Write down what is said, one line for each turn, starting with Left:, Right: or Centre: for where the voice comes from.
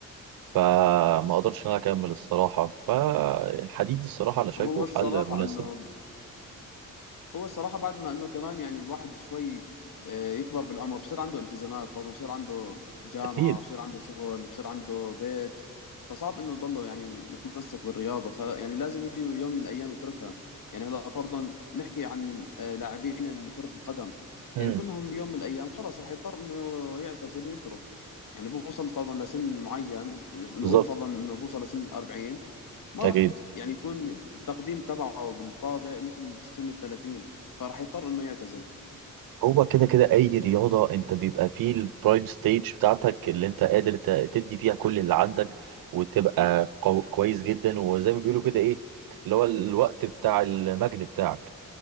Right: فما أقدرش إن أنا أكمل الصراحة فالحديد الصراحة أنا شايفه
Left: هو الصراحة
Right: حل مناسب
Left: انه هو الصراحة بعد ما انه كمان يعني الواحد شوي آه، يكبر بالعمر بصير عنده التزامات فاظن بصير عنده جامعة
Right: أكيد
Left: بصير عنده شغل بصير عنده بيت فصعب انه يضله يعني متمسك بالرياضة فلا يعني لازم يجي يوم من الايام يتركها يعني هلا فرضا نحكي عن آه، لاعبين كرة القدم
Right: مم.
Left: يعني كلهم بيوم من الايام خلاص رح يضطر انه يعتزل ويترك يعني بوصل فرضا لسن معين نقول
Right: بالظبط
Left: فرضا انه بوصل لسن الأربعين ما
Right: أكيد
Left: راح يعني يكون التقديم تبعه بالطابق مثل سن ال 30 فراح يضطر انه يعتزل
Right: هو كده كده اي رياضه انت بيبقى فيه البرايم ستيج بتاعتك اللي انت قادر ت- تدي فيها كل اللي عندك وتبقى قو كويس جدا وزي ما بيقولوا كده ايه اللي هو الوقت بتاع المجد بتاعك